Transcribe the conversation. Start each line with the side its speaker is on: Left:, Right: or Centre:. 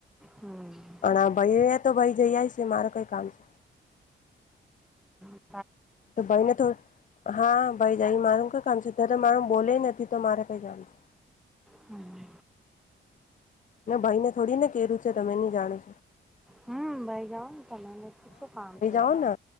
Centre: હમ
Left: હ ભાઈ તો ભાઈ જઈ આય છે મારે કઈ કામ છે.
Centre: હમ
Left: તો ભાઈને તો હા ભાઈ જાય મારું કઈ કામ છે અયારે મારું બોલે નથી તો મારે કઈ જામ છે.
Centre: હમ
Left: એના ભાઈને થોડી ને કેરું છે તમે નહી જાણ
Centre: હમ ભાઈ જાઉ તમેને પૂછો કામ છે.
Left: જાઓ ને